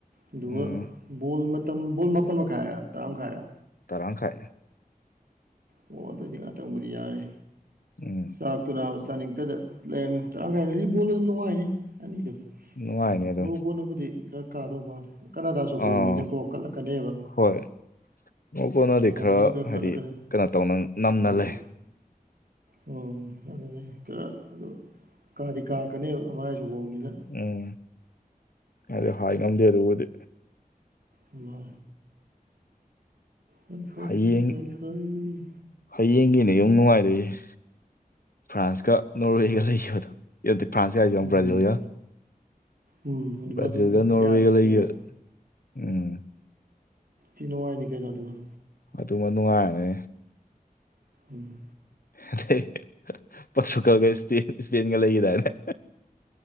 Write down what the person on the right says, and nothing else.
ꯑꯗꯨꯒ
ꯕꯣꯜ ꯃꯇꯝ ꯕꯣꯜ ꯃꯥꯄꯟ ꯃꯈꯥꯏꯔ ꯇꯔꯥ ꯃꯈꯥꯏꯔꯥ
ꯑꯣ ꯑꯗꯨꯑꯣꯏꯗꯤ ꯉꯥꯛꯇꯪꯕꯨꯗꯤ ꯌꯥꯔ‌ꯦ
ꯆꯥꯛꯇꯨ ꯅꯥꯕ ꯆꯥꯅꯤꯡꯇꯗ ꯂꯩꯔꯝꯃꯦ ꯇꯔꯥꯡ ꯀꯥꯏꯗ ꯗꯩꯗꯤ ꯕꯣꯜ ꯑꯗꯨꯝ ꯅꯨꯡꯉꯥꯏꯍ‌ꯦ ꯇꯥꯅꯤꯡꯗ‌ꯦ
ꯃꯣꯔꯣꯀꯣ ꯅꯕꯨꯗꯤ ꯈꯔ ꯀꯥꯗꯧ ꯃꯥꯜꯂꯦ ꯀꯅꯥꯗꯥꯖꯨ ꯍꯣꯝꯅꯤꯅꯀꯣ
ꯀꯜꯂꯛꯀꯅꯦꯕ
ꯍꯣꯝꯅꯤꯅ
ꯀꯠꯂꯛꯀꯅꯤ
ꯎꯝ
ꯎꯝ ꯑꯗꯨꯅꯦ ꯈꯔ ꯑꯗꯨ ꯀꯥꯗꯤ ꯀꯥꯔꯛꯀꯅꯦꯕ ꯃꯥꯏꯁꯨ ꯍꯣꯕꯅꯤꯅ
ꯃꯥ ꯍꯣꯏꯣꯏꯣꯏ
ꯁꯣꯏꯣꯏ
ꯎꯝ
ꯎꯝ ꯑꯗꯨꯃ
ꯑꯗꯨꯝ
ꯌꯥꯅꯤ
ꯌꯦꯡꯕ
ꯇꯤꯅ‌ꯣ ꯍꯥꯏꯗꯤ ꯀꯩꯅꯣ ꯑꯗꯨꯒ
ꯎꯝ